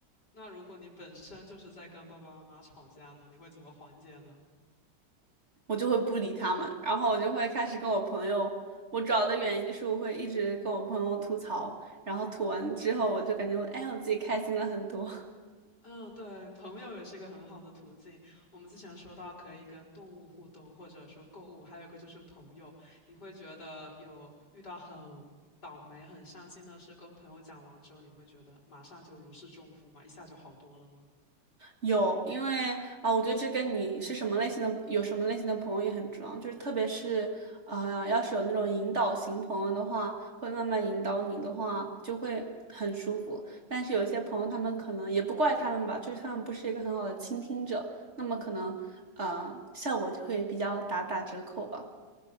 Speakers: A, on the left (about 65°); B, on the right (about 40°).
A: 那如果你本身就是在跟爸爸妈妈吵架呢，你会怎么缓解呢？
B: 我就会不理他们，然后我就会开始跟我朋友，我主要的原因就是我会一直跟我朋友吐槽，然后吐完之后我就感觉我哎我自己开心了很多。
A: 嗯，对，朋友也是一个很好的途径。我们之前说到可以跟动物互动，或者说购物，还有一个就是朋友。你会觉得有遇到很倒霉、很伤心的事，跟朋友讲完之后，你会觉得马上就如释重负吗？一下就好多了吗？
B: 有，因为啊，我觉得这跟你是什么类型的，有什么类型的朋友也很重要。就是特别是，啊，要是有那种引导型朋友的话，会慢慢引导你的话，就会很舒服。但是有些朋友，他们可能也不怪他们吧，就是他们不是一个很好的倾听者，那么可能，呃，效果就会比较打打折扣吧。